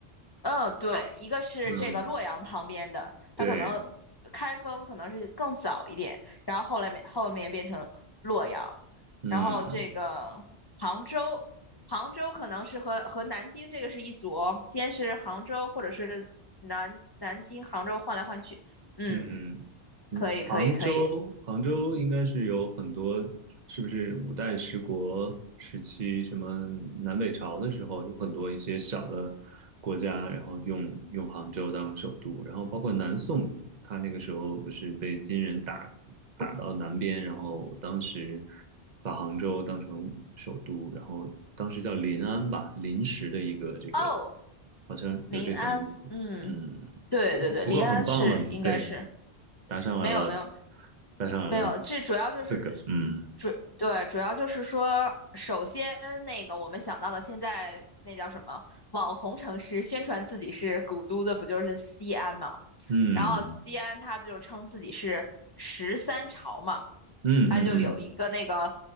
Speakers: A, on the left; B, on the right.
A: 嗯，对，一个是这个洛阳旁边的，
B: 嗯，对，
A: 它可能开封可能是更早一点，然后后来面后面变成洛阳，
B: 嗯。
A: 然后这个杭州，杭州可能是和和南京这个是一组哦，先是杭州或者是南南京、杭州换来换去，嗯，
B: 嗯嗯，
A: 可以可以可以，
B: 杭州，杭州应该是有很多，是不是五代十国时期，什么南北朝的时候，有很多一些小的国家，然后用用杭州当首都，然后包括南宋，他那个时候不是被金人打打到南边，然后当时把杭州当成首都，然后当时叫临安吧，临时的一个这个，
A: 哦，
B: 好像有这层意思，
A: 临安，嗯。
B: 嗯。
A: 对对对，
B: 不不过很棒了，
A: 临安是应该是
B: 对，答上来了，
A: 没有没有
B: 答上来了四个，
A: 没有，这主要就是
B: 嗯
A: 主对主要就是说，首先那个我们想到的现在那叫什么网红城市，宣传自己是古都的，不就是西安吗？
B: 嗯
A: 然后西安他不就称自己是十三朝嘛，
B: 嗯嗯嗯
A: 他就有一个那个